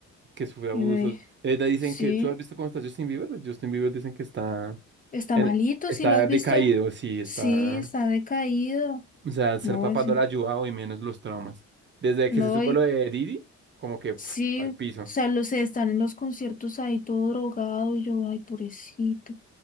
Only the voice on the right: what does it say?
que sufre abusos.
Eh, le dicen
que, ¿tú has visto cómo está Justin Bieber? Justin Bieber dicen que está,
en-
está
decaído,
sí, está,
o sea, ser
papá
no
le ha ayudado y menos los traumas. Desde
que se supo
lo de Didi, como que pf,
al
piso.